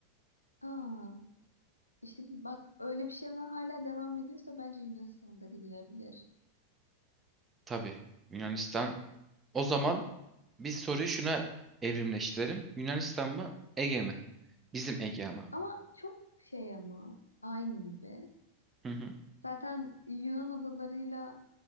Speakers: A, on the left; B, on the right.
A: Aa, işte bak öyle bir şey var hala devam ediyorsa bence Yunanistan'da gidilebilir.
B: Tabii Yunanistan. O zaman biz soruyu şuna evrimleştirelim. Yunanistan mı Ege mi? Bizim Ege ama.
A: Ama çok şey ama aynı gibi.
B: Hı hı.
A: Zaten Yunan adalarıyla